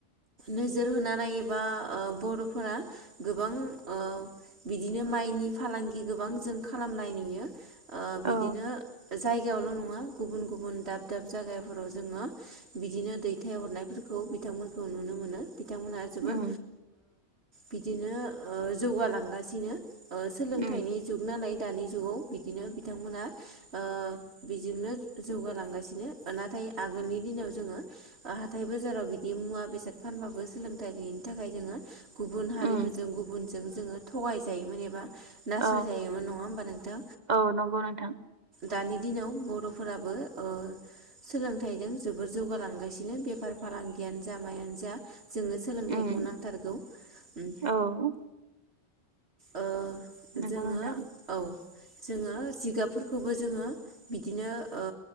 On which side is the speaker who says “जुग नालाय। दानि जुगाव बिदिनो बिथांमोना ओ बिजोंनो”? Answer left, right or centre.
Right